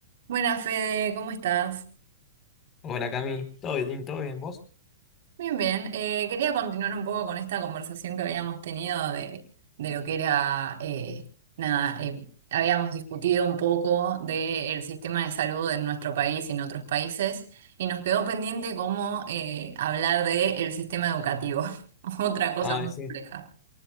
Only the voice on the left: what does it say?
Hola Cami, ¿todo bien? ¿Todo bien vos?
Ay,
sí.